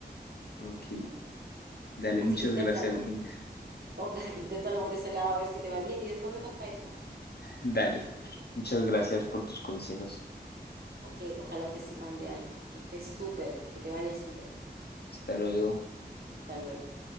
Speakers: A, on the left (about 70°); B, on the right (about 65°).
A: ok. Dale,
B: Así
A: muchas
B: que inténtalo,
A: gracias, Mónica.
B: Oca, <laughs> inténtalo por ese lado a ver si te va bien y después me contáis, po.
A: Dale, muchas gracias por tus consejos.
B: Ok, ojalá te sirvan de algo. Que estés súper, que te vaya súper.
A: Hasta luego.
B: Hasta luego.